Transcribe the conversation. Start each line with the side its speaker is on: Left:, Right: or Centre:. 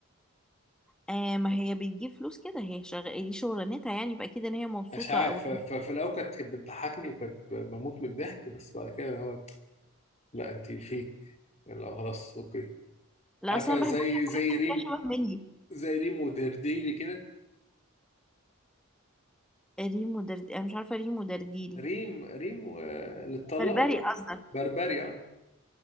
Centre: آه ما هي بتجيب فلوس كده هي شغ... دي شغلانتها يعني فأكيد إن هي مبسوطة
Left: مش عارف
Centre: أو
Left: ف- ففي الاول كانت كانت بتضحكني وكانت ب- بموت من الضحك بس بعد كده هو لا انت فيك لا خلاص اوكي
Centre: لا
Left: عارفه
Centre: أصلا بحب
Left: زي زي
Centre: حاجات
Left: ريم
Centre: كده شبه مني
Left: زي ريم ودرديلي كده
Centre: ريمو درد أنا مش عارفة ريمو درديري
Left: ريم ريم و- اللي اتطلقوا
Centre: بربري
Left: دول
Centre: أصلا
Left: بربريا